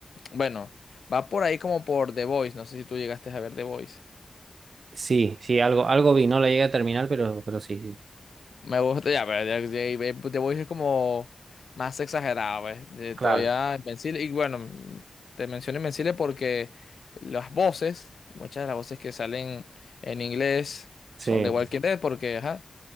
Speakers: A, on the left; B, on the right.
A: bueno, va por ahí como por The Voice. No sé si tú llegaste a ver The Voice.
B: Sí, sí, algo, algo vi, no la llegué a terminar, pero, pero sí, sí,
A: Me gusta, ya, pero ya- ya- eh, The Voice es como más exagerado, pues. Eh,
B: claro,
A: Todavía Invencible. Y bueno, mm, te menciono Invencible porque las voces, muchas de las voces que salen en inglés
B: sí.
A: son de Walking Dead, porque ajá,